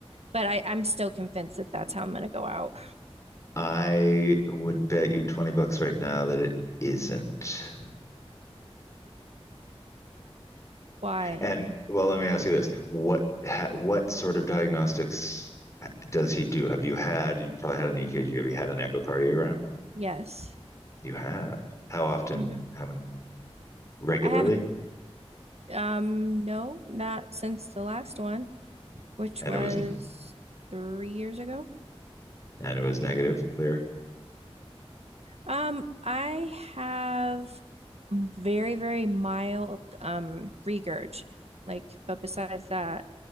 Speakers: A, on the right (about 75°); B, on the left (about 30°).
A: But I, I'm still convinced that that's how I'm gonna go out.
B: I would bet you 20 bucks right now that it isn't.
A: Why?
B: And well, let me ask you this: what ha, what sort of diagnostics does he do? Have you had? You probably had an EKG. Have you had an echocardiogram?
A: Yes.
B: You have. How often?
A: hmm
B: How many? Regularly?
A: I haven't, um, no, not since the last one, which
B: And
A: was
B: it was
A: three years ago.
B: and it was negative. Clear.
A: Um, I have very, very mild, um, regurg. Like, but besides that,